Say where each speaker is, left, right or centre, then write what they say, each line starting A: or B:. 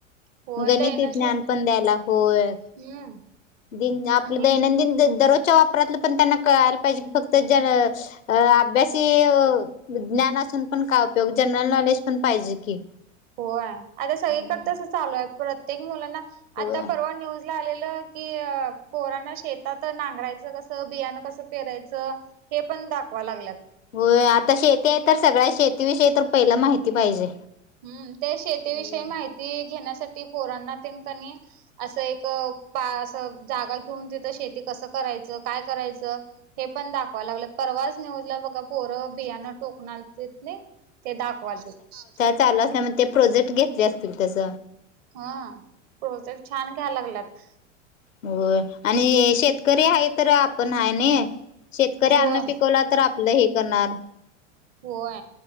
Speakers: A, on the right (about 50°); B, on the left (about 80°).
A: होय
B: गणिती
A: दैनंदिन
B: ज्ञान पण द्यायला होय.
A: हम्म.
B: दिन आपलं
A: आणि
B: दैनंदिन दर दररोजच्या वापरातलं पण त्यांना कळायला पाहिजे की फक्त ज्याल अ अभ्यासी अ विज्ञानातून पण काय उपयोग जनरल नॉलेज पण पाहिजे की.
A: होय, आता सगळीकडे
B: हम्म.
A: तस चालू आहे प्रत्येक मुलांना
B: होय
A: आता परवा न्यूज आलेलं की अ पोरांना शेतात नांगरायचं कसं, बियाणं कसं पेरायचं. ते पण दाखवा लागल्यात.
B: होय, आता शेती आहे तर सगळ्या शेतीविषयी तर पहिला माहिती पाहिजे.
A: हम्म ते शेतीविषयी
B: होय.
A: माहिती घेण्यासाठी पोरांना तेनकणी असं एक पा असं जागा घेऊन तिथं शेती कसं करायचं, काय करायचं. हे पण दाखवां लागलं परवाच न्यूजला बघा पोरं बियाणं टोकणार ते नाही, ते दाखवालतीत.
B: चालु असल्या, ते प्रोजेक्ट घेतले असतील तस.
A: हा प्रोजेक्ट छान घ्या लागलात.
B: हो आणि शेतकरी आहे तर आपण हाय न. शेतकरी
A: होय
B: अन्न पिकवला तर आपलं हे करणार.
A: होय